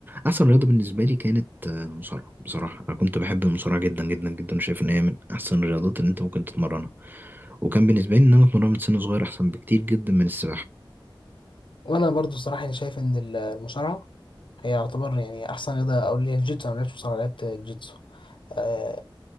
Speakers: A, on the right; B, on the left.
A: احسن رياضه بالنسبه لي كانت آه، المصارعه بصراحه انا كنت بحب المصارعه جدا جدا جدا شايف ان هي من احسن الرياضات اللي انت ممكن تتمرنها وكان بالنسبه لي ان انا اتمرنها من سن صغير احسن بكتير جدا من السباحه
B: وانا برضو صراحة يعني شايف ان ال- المصارعة هي يعتبر يعني احسن رياضة او اللي هي الجيتسو انا ما لعبتش مصارعة لعبت جيتسو آه،